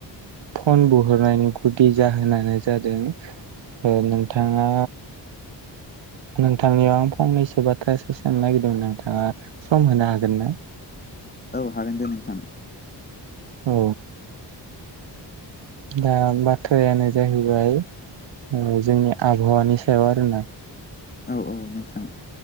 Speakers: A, on the right; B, on the left.
A: फन बुहरनायनि गुदि जाहोनानो जादों ओ नोंथाङा नोंथांनियाव आं फंनैसो बाथ्रासो सोंनो नागिरदोंमोन नोंथाङा सम होनो हा गोनना?
B: औ हागोन दे नोंथां।
A: औ दा बाथ्रायानो जाहैबाय ओ जोंनि आबहावानि सायाव आरोना।
B: औ औ नोंथां